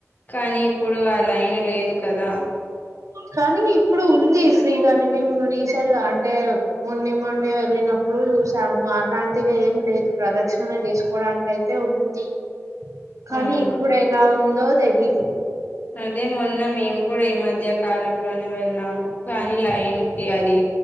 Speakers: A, on the left; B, on the right.
A: కానీ ఇప్పుడు ఆ లైను లేదు కదా.
B: కానీ ఇప్పుడు ఉంది ఫ్రీ గాని మేము రీసెంట్‌గా అంటే. మొన్ని మొన్ని వెళ్ళినప్పుడు చూసాము అలాంటివి ఏం లేదు ప్రదక్షిణ చేసుకోవడానికై. అయితే ఉంది కానీ
A: అవునా
B: ఇప్పుడు ఎలా ఉందో తెలీదు.
A: అదే మొన్న మేము కూడా ఈ మధ్య కాలంలోనే వెళ్ళాము కానీ లైన్కి అది.